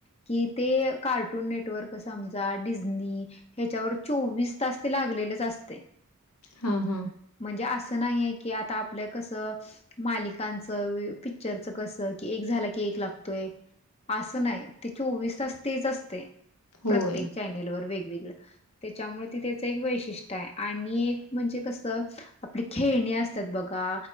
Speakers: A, on the left; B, on the left.
A: कि ते कार्टून नेटवर्क समजा डिझनी ह्याच्यावर चोवीस तास ते लागलेलेच असतय.
B: हा हा.
A: म्हणजे असं नाही की आता आपलं कस मालिकांच, पिक्चरच कस की एक झाला की एक लागतोय, असं नाही ते चोवीस तास तेच असते.
B: होय.
A: प्रत्येक चॅनेल वर वेगवेगळं त्याच्यामुळे त त्याचं एक वैशिष्ट्य आणि एक म्हणजे कसं आपली खेळणे असतात बघा